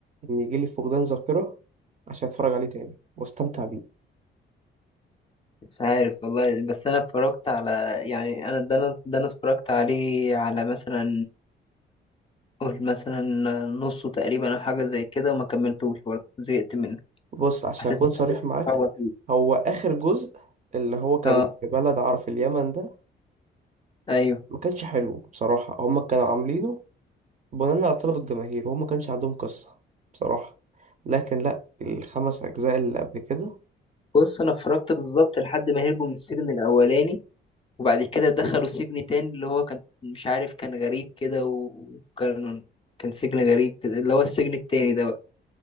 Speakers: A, on the right; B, on the left.
A: إن يجيلي فقدان ذاكرة عشان أتفرج عليه تاني وأستمتع بيه
B: مش عارف والله بس أنا اتفرجت على يعني أنا ده أنا ده أنا اتفرجت عليه على مثلا قول مثلا نصه تقريبا أو حاجة زي كده وما كملتوش برضه زهقت منه
A: بص عشان
B: حسيت
A: أكون صريح معاك
B: إن
A: هو آخر جزء اللي هو كان
B: اه
A: في بلد عارف اليمن ده
B: ايوه
A: ما كانش حلو بصراحة هما كانوا عاملينه بناء على طلب الجماهير وهما كانش عندهم قصة بصراحة لكن لا الخمس أجزاء اللي قبل كده
B: بص انا اتفرجت بالظبط لحد ما هربوا من السجن الاولاني وبعد كده دخلوا سجن تاني اللي هو كان مش عارف كان غريب كده و- وكان كان سجن غريب كده اللي هو السجن التاني ده بقى